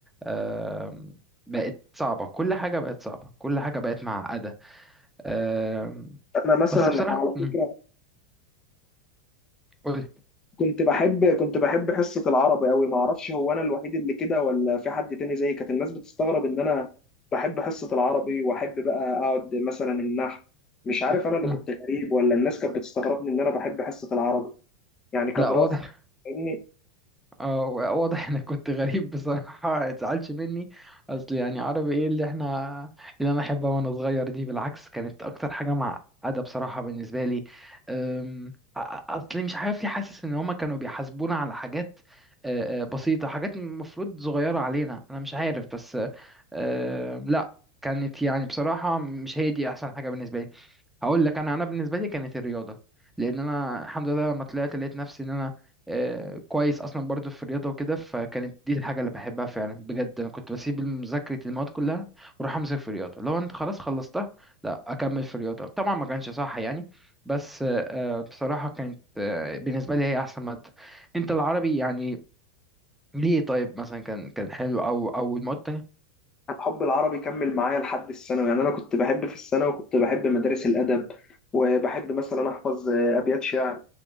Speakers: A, in the centre; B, on the left (about 25°).
A: آم، بقت صعبة كل حاجة بقت صعبة كل حاجة بقت معقدة آم،
B: انا مثلا
A: بس بصراحة
B: انا على
A: مم،
B: فكره
A: قولي
B: كنت بحب كنت بحب حصه العربي قوي ما اعرفش هو انا الوحيد اللي كده ولا في حد تاني زيي كانت الناس بتستغرب ان انا بحب حصه العربي واحب بقى اقعد مثلا النحو مش عارف
A: مم،
B: انا اللي
A: مم.
B: كنت غريب ولا الناس كانت بتستغربني ان انا بحب حصه العربي يعني كدراسه
A: لا واضح
B: فاهمني
A: اه واضح انك كنت غريب بصراحة اتزعلش مني اصل يعني عربي ايه اللي احنا اللي انا احبها وانا صغير دي بالعكس كانت اكتر حاجة معقدة بصراحة بالنسبة لي أم، أ- أ- اصل مش عارف ليه حاسس ان هما كانوا بيحاسبونا على حاجات أه، أه، بسيطة حاجات المفروض صغيرة علينا انا مش عارف بس أه، لا كانت يعني بصراحة مش هي دي احسن حاجة بالنسبة لي هقول لك انا انا بالنسبه لي كانت الرياضه لان انا الحمد لله لما طلعت لقيت نفسي ان انا آه، كويس اصلا برضو في الرياضه وكده فكانت دي الحاجه اللي بحبها فعلا بجد انا كنت بسيب مذاكره المواد كلها واروح امسك في الرياضه لو انت خلاص خلصتها لا اكمل في الرياضه طبعا ما كانش صح يعني بس آه، آه، بصراحه كانت آه، بالنسبه لي هي احسن ماده انت العربي يعني ليه طيب مثلا كان كان حلو او او المواد التانية
B: حب العربي كمل معايا لحد الثانوي يعني انا كنت بحب في الثانوي وكنت بحب مدارس الادب وبحب مثلا احفظ آه، ابيات شعر